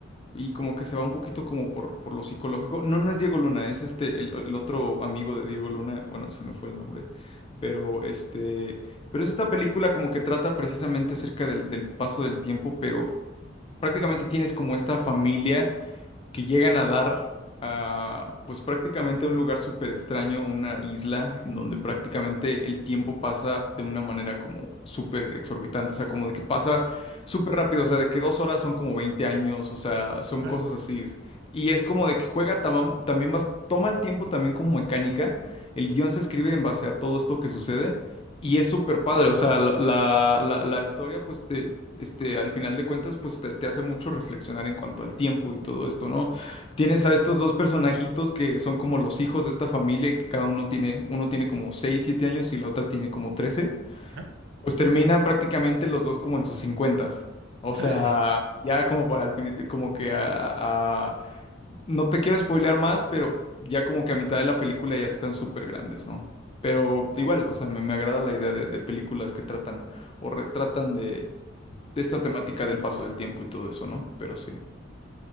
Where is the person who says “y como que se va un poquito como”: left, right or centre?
Left